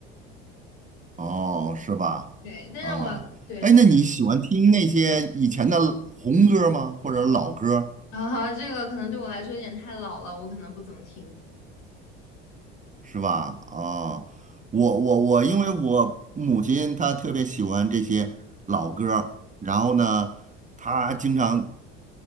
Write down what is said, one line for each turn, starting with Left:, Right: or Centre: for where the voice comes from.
Right: 哦，是吧？
Left: 对，但是我对，
Right: 啊，哎，那你喜欢听那些以前的红歌儿吗？或者老歌儿
Left: <laughs> 啊，后这个可能对我来说有点太老了，我可能不怎么听。
Right: 是吧？啊，我我我，因为我母亲她特别喜欢这些老歌儿然后呢，她经常